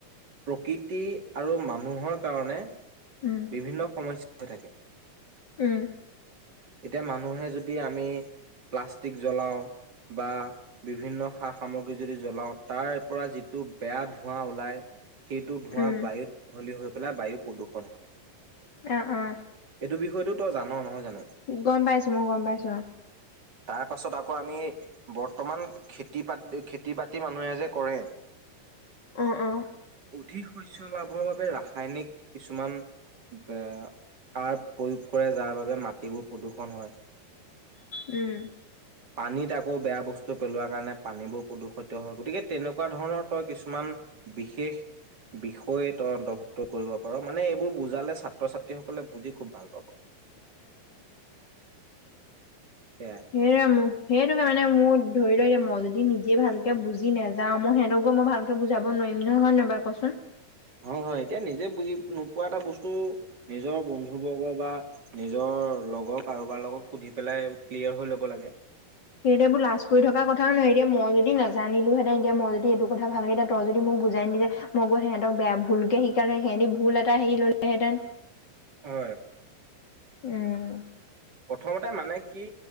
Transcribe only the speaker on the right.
প্ৰকৃতি আৰু মানুহৰ কাৰণে
বিভিন্ন। সমস্যা হৈ থাকে।
এতিয়া মানুহে যদি আমি প্লাষ্টিক জ্বলাও বা বিভিন্ন সা সামগ্ৰী যদি জ্বলাওঁ তাৰ পৰা যিটো বেয়া ধোঁৱা ওলায় সেইটো ধোঁৱা
বায়ুত মিহলি হৈ গ'ল পেলাই বায়ু প্ৰদূষণ হয়।
এইটো বিষয়টোই জান নহয় জানো?
তাৰ পাছত আকৌ আমি বৰ্তমান খেতি পতি-খেতি বাতি মানুহে যে কৰে,
অধিক শস্যৰ লাভৰ বাবে ৰাসায়নিক কিছুমান কাৰ প্ৰয়োগ কৰে যাৰ বাবে মাটিবোৰ প্ৰদূষণ হয়?
পানীত আকৌ বেয়া বস্তু পেলোৱা কাৰণে পানীবোৰ প্ৰদূষিত হয় গতিকে তেনেকুৱা ধৰণৰ তই কিছুমান বিশেষ বিষয় তই অন্তৰ্ভুক্ত কৰিব পাৰ মানে এইবোৰ বুজালে ছাত্ৰ ছাত্ৰীস সকলে বুজি খুব ভাল পাব। সেয়াই
হয়-হয় এতিয়া নিজে বুজি নোপোৱা এটা বস্তু নিজৰ বন্ধুবৰ্গ বা নিজৰ লগৰ কাৰোবাৰ লগত সুধি পেলাই ক্লিয়াৰ হৈ ল'ব লাগে
হয়
প্ৰথমতে মানে কি,